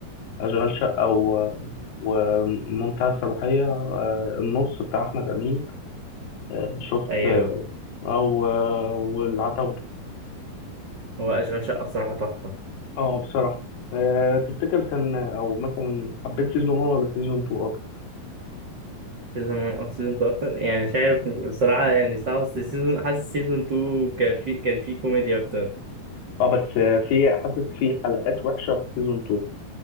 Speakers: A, on the left (about 75°); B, on the right (about 85°).
A: أشغال شقة و... ومنتهى الصلاحية آه، النص بتاع أحمد أمين آه، شفت
B: ايوه
A: أو آه، والعتاولة
B: هو أشغال شقة بصراحة تحفة
A: أه بصراحة آه، تفتكر كان أو مثلا حبيت سيزون 1 ولا سيزون 2 أكتر؟
B: سيزون 1 أو سيزون 2 أكتر يعني مش عارف بصراحة يعني صعب بس سيزون حاسس سيزون 2 كان في كان في كوميديا أكتر
A: أه بس آه، في حاسس في حلقات وحشة في سيزون 2